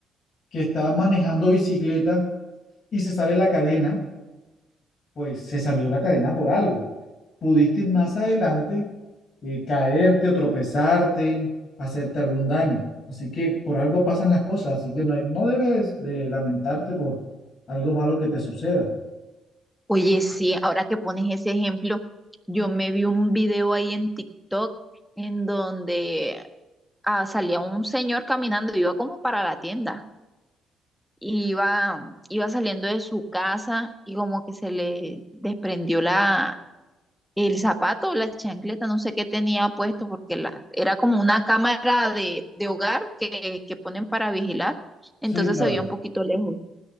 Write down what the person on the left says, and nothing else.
que está manejando bicicleta y se sale la cadena, pues se salió la cadena por algo. Pudiste más adelante eh, caerte o tropezarte, hacerte algún daño. Así que por algo pasan las cosas, así que no, hay- no debes de lamentarte por algo malo que te suceda.
Sí, claro,